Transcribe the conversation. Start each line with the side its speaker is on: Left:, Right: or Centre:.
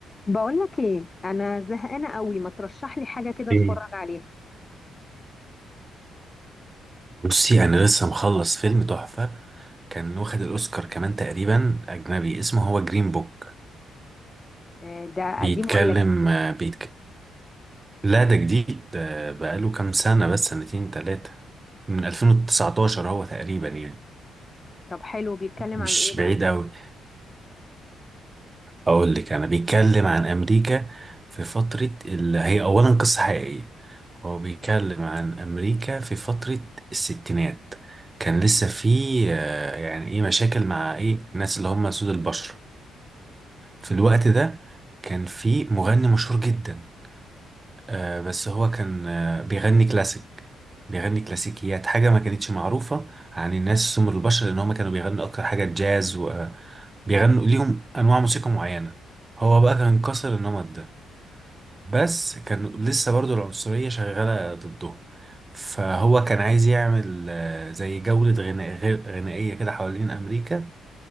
Left: بقولك ايه انا زهقانه قوي ما ترشح لي حاجه كده
Right: ايه
Left: اتفرج عليها
Right: بصي انا لسه مخلص فيلم تحفة كان واخد الاوسكار كمان تقريبا اجنبي اسمه هو جرين بوك
Left: آه، ده
Right: بيتكلم
Left: قديم ولا جديد؟
Right: آه، بيتك... لا ده جديد ده بقاله كام سنة بس سنتين تلاتة من 2019 هو تقريبا يعني
Left: طب حلو بيتكلم
Right: مش
Left: عن ايه بقى
Right: بعيد قوي اقول لك انا بيتكلم عن امريكا في فترة اللي هي اولا قصة حقيقية هو بيتكلم عن امريكا في فترة الستينات كان لسه في آه، يعني ايه مشاكل مع ايه الناس اللي هم سود البشر في الوقت ده كان في مغني مشهور جدا آه بس هو كان آه بيغني كلاسيك بيغني كلاسيكيات حاجة ما كانتش معروفة عن الناس سمر البشر لأن هما كانوا بيغنوا أكتر حاجة جاز وبيغنوا ليهم أنواع موسيقى معينة هو بقى كان كسر النمط ده بس كان لسه برضو العنصرية شغالة ضده فهو كان عايز يعمل آه، زي جولة غناء غير- غنائية كده حوالين أمريكا